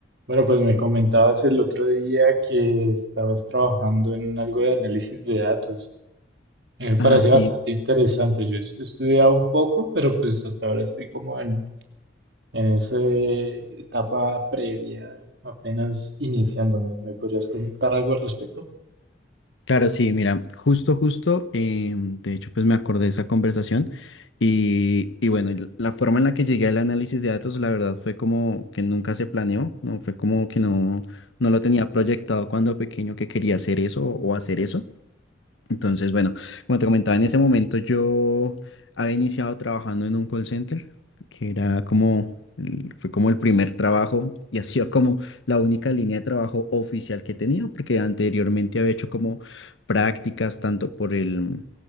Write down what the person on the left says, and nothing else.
Ah, sí,
claro, sí, mira, justo, justo, em, de hecho, pues me acordé de esa conversación y, y bueno, el- la forma en la que llegué al análisis de datos, la verdad, fue como que nunca se planeó, no fue como que no, no lo tenía proyectado cuando pequeño que quería hacer eso o hacer eso. Entonces, bueno, como te comentaba, en ese momento yo había iniciado trabajando en un call center, que era como, el- fue como el primer trabajo y ha sido como la única línea de trabajo oficial que tenía, porque anteriormente había hecho como prácticas tanto por el,